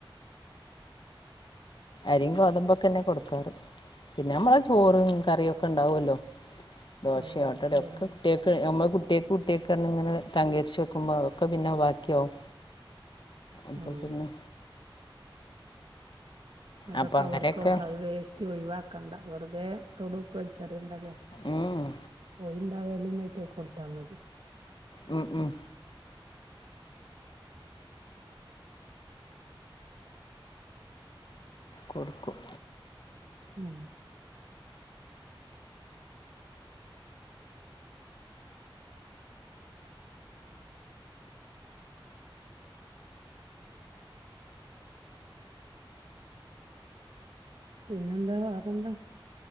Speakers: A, on the left; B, on the right.
A: അരിയും ഗോതമ്പൊക്കെന്നെ കൊടുക്കാറ് പിന്നെ നമ്മളെ ചോറും കറിയും ഒക്കെ ഇണ്ടാവോല്ലോ ദോശയും
B: ആഹ് ബാക്കി
A: ഓട്ടടിം ഒക്കെ
B: വരുന്ന
A: കുട്ട്യാക്ക് നമ്മളെ കു കുട്ട്യാക്ക് കുട്ട്യാക്ക് ർന്ങ്ങനെ തങ്കര്ച്ച് വെക്കുമ്പോ അഹ്ക്കെ പിന്നെ ബാക്കി ആവും അപ്പ
B: ആഹ്
A: പിന്നെ
B: അതൊക്കെ
A: അപ്പം അങ്ങനെയൊക്കെ
B: അവർക്കൊട്ക അത് വേസ്റ്റ് ഒഴിവാക്കണ്ട വെറുതെ തൊടൂ കൾച്ചർണ്ടലെ
A: ഉം,
B: ഓയിന്ദായല് <unintelligible> കൊടുത്താ മതി
A: ഉം ഉം
B: <inaudible>
A: കൊടുക്കും
B: ഉം പിന്നെന്താ വേറെന്താ